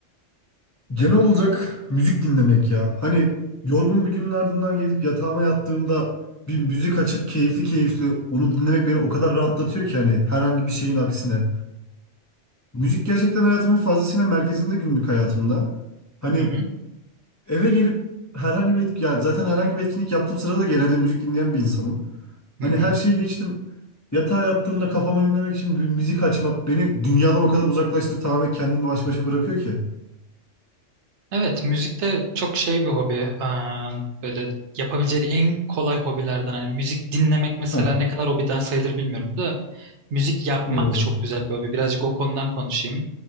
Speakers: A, on the left; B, on the right.
A: genel olarak müzik dinlemek ya. Hani yorgun bir günün ardından gelip yatağıma yattığımda bir müzik açıp keyifli keyifli onu dinlemek beni o kadar rahatlatıyor ki hani herhangi bir şeyin aksine. Müzik gerçekten hayatımın fazlasıyla merkezinde günlük hayatımda. Hani
B: Hı hı.
A: eve gelip herhangi bir etki, ya zaten herhangi bir etkinlik yaptığım sırada genelde müzik dinleyen bir insanım. Hani
B: Hı hı.
A: her şeyi geçtim. Yatağa yattığımda kafamı dinlemek için bir müzik açmak beni dünyadan o kadar uzaklaştırıp tamamen kendimi baş başa bırakıyor ki.
B: Evet, müzik de çok şey bir hobi. Aa, böyle yapabileceğin en kolay hobilerden hani müzik dinlemek mesela
A: Heh.
B: ne kadar hobiden sayılır bilmiyorum da müzik yapmak
A: Doğru.
B: çok güzel bir hobi. Birazcık o konudan konuşayım.